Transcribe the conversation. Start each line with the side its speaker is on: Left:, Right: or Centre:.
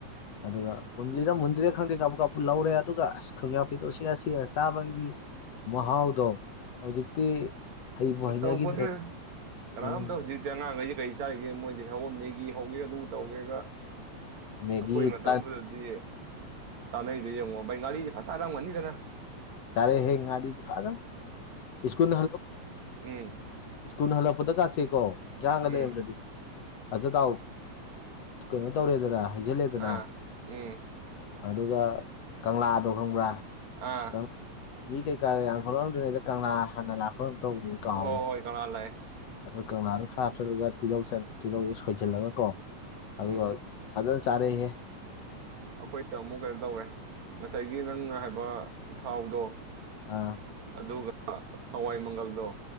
Left: ꯑꯗꯨꯒ ꯃꯨꯟꯂꯤꯔ ꯃꯨꯟꯗ꯭ꯔꯤꯔ ꯈꯪꯗꯦ ꯀꯥꯞꯕꯨ ꯀꯥꯞꯄ ꯂꯧꯔꯦ ꯑꯗꯨꯒ ꯑꯁ ꯊꯨꯝꯌꯥꯛꯄꯤꯗꯣ ꯁꯤꯛꯑ ꯁꯤꯑꯆꯥꯕꯁꯤꯗꯤ ꯃꯍꯥꯎꯗꯣ ꯍꯧꯖꯤꯛꯇꯤ ꯍꯩꯕꯨ ꯍꯩꯅꯈꯤꯗ꯭ꯔꯦ
Right: ꯇꯧꯕꯗ꯭ꯔꯦ ꯀꯅꯥꯝꯇ
Left: ꯎꯝ
Right: ꯍꯧꯖꯤꯛꯇꯤ ꯑꯉꯥꯡꯈꯩꯁꯤ ꯀꯔꯤ ꯆꯥꯏꯔꯤꯒꯦ ꯃꯣꯏꯗꯤ ꯍꯧꯃꯦꯒꯤꯍꯧꯔꯝꯃꯤꯒꯤ ꯍꯧꯒꯦ ꯑꯗꯨ ꯇꯧꯒꯦꯒ
Left: ꯃꯦꯒꯤ
Right: ꯑꯩꯈꯣꯏ ꯃꯇꯝꯗꯨꯗꯗꯤ
Left: ꯇꯟ
Right: ꯇꯥꯅꯩꯗꯨ ꯌꯦꯡꯉꯣ ꯕꯩ ꯉꯥꯔꯤꯗꯤ ꯐꯁꯥꯔꯝꯒꯅꯤꯗꯅ
Left: ꯆꯔꯦ ꯍꯦ ꯉꯥꯔꯤꯗꯤ ꯐꯥꯖꯅ ꯏꯁꯀꯨꯜꯅ ꯍꯜꯂꯣ
Right: ꯑꯦ
Left: ꯁꯀꯨꯜ ꯍꯜꯂꯛꯄꯗ ꯀꯥꯛꯁꯤꯀꯣ ꯏꯟꯖꯥꯡꯒ
Right: ꯎꯝ
Left: ꯂꯩꯔꯝꯗ꯭ꯔꯗꯤ ꯑꯖ ꯇꯥꯎ ꯀꯩꯅꯣ ꯇꯧꯔꯦꯗꯅ ꯍꯥꯏꯩꯖꯤꯜꯂꯦꯗꯅ
Right: ꯑꯥ ꯎꯝ
Left: ꯑꯗꯨꯒ ꯀꯪꯂꯥꯗꯣ ꯈꯪꯕ꯭ꯔꯥ
Right: ꯑꯥ
Left: ꯀꯪꯂꯥ ꯃꯤ ꯀꯩꯀꯥꯗ ꯌꯥꯝ ꯊꯣꯛꯂꯛꯑꯝꯗ꯭ꯔꯤꯗ ꯀꯪꯂꯥ ꯍꯥꯟꯅ ꯂꯥꯛꯄꯔꯝ ꯇꯧꯕꯅꯤꯅ ꯀꯥꯎꯔꯤꯅꯦ
Right: ꯍꯣꯏ ꯍꯣꯏ ꯀꯪꯂꯥ ꯂꯥꯛꯑꯦ
Left: ꯑ ꯀꯪꯂꯥꯗ ꯈꯔ ꯍꯥꯞꯆꯜꯂꯒ ꯇꯤꯜꯍꯧ ꯇꯤꯜꯍꯧꯁꯦ ꯁꯣꯏꯁꯤꯜꯂꯒ ꯀꯣ ꯑꯗꯨꯒ
Right: ꯎꯝ
Left: ꯑꯖꯜ ꯆꯥꯔꯦ ꯍꯦ
Right: ꯑꯩꯈꯣꯏꯗ ꯑꯃꯨꯛ ꯀꯩꯅꯣ ꯇꯧꯔꯦ ꯉꯁꯥꯏꯒꯤ ꯅꯪꯅ ꯍꯥꯏꯕ ꯎ ꯊꯥꯎꯗꯣ
Left: ꯑꯥ
Right: ꯑꯗꯨꯒ ꯍꯋꯥꯏ ꯃꯪꯒꯜꯗꯣ